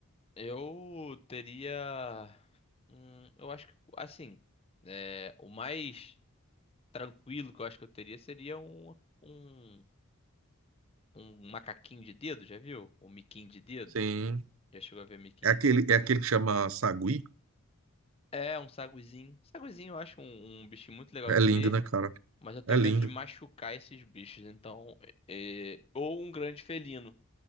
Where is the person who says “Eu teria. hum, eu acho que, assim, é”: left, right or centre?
Left